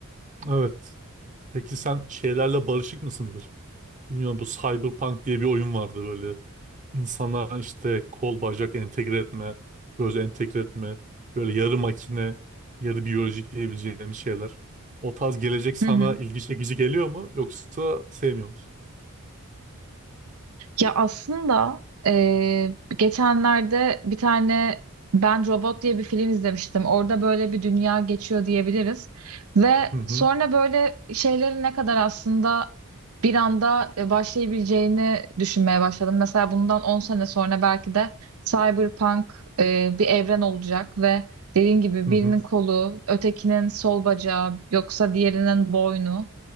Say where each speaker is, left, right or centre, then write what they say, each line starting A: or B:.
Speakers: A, on the right; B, on the right.
A: Evet. Peki sen şeylerle barışık mısındır? Bilmiyorum bu Cyberpunk diye bir oyun vardı böyle. İnsanlara işte kol bacak entegre etme, göz entegre etme, böyle yarı makine, yarı biyolojik diyebileceğim şeyler. O tarz gelecek sana
B: <laughs>
A: ilgi çekici geliyor mu yoksa sevmiyor musun?
B: Ya aslında eee, geçenlerde bir tane Ben Robot diye bir film izlemiştim. Orada böyle bir dünya geçiyor diyebiliriz. Ve
A: Hı hı.
B: sonra böyle şeylerin ne kadar aslında bir anda e, başlayabileceğini düşünmeye başladım. Mesela bundan 10 sene sonra belki de cyberpunk e, bir evren olacak ve dediğin gibi
A: Hı
B: birinin
A: hı.
B: kolu, ötekinin sol bacağı, yoksa diğerinin boynu.